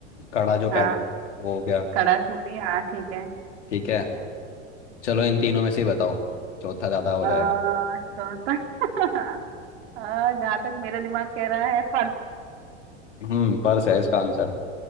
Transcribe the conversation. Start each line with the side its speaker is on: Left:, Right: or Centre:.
Left: कड़ा जो पहनते
Right: हाँ
Left: हैं, वो हो गया
Right: कड़ा चूड़ी हाँ ठीक है
Left: ठीक है चलो इन तीनों में से ही बताओ चौथा ज़्यादा हो
Right: आ,
Left: जाएगा
Right: चौथा <laughs> आ, जहाँ तक मेरा दिमाग कह रहा है पर्स
Left: हम्म पर्स है इसका आंसर